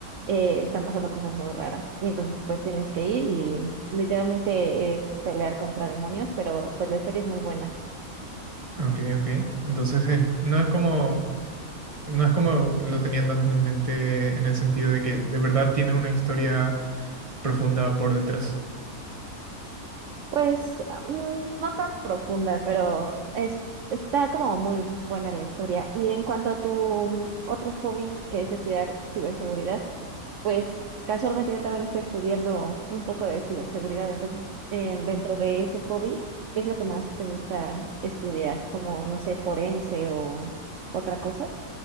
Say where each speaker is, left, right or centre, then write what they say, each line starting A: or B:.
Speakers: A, on the right; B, on the right.
A: eh, están pasando cosas muy raras. Y entonces pues tienes que ir y literalmente es pelear contra demonios, pero pues la historia es muy buena.
B: Ok, ok. Entonces es- no es como, no es como lo tenía tanto en mente en el sentido de que de verdad tiene una historia profunda por detrás.
A: Pues ah, mm, no tan profunda, pero es, está como muy buena la historia. Y en cuanto a tu otro hobby, que es estudiar ciberseguridad, pues casualmente yo también estoy estudiando un poco de ciberseguridad. Entonces, en- dentro de ese hobby, ¿qué es lo que más te gusta estudiar? Como, no sé, forense o otra cosa.